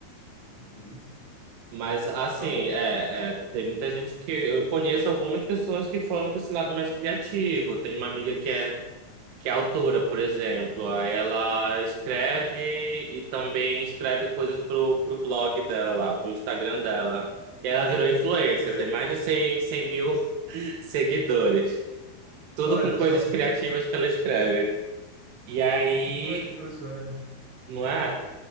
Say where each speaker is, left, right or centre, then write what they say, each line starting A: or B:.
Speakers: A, on the right (about 30°); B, on the right (about 85°).
A: Uhum.
B: Mas, assim,
A: Tá bom.
B: é, é, tem muita gente que. Eu conheço algumas pessoas que foram para esse lado mais criativo. Tem uma amiga que é, que é autora, por exemplo. Aí Ela escreve e também escreve coisas pro, pro blog dela lá, pro Instagram dela. E ela virou influencer,
A: Sei.
B: tem mais de cem cem mil <laughs> seguidores. Tudo
A: Olha
B: com coisas
A: só,
B: criativas
A: <laughs>
B: que ela escreve. E aí,
A: que coisa impressionante.
B: não é?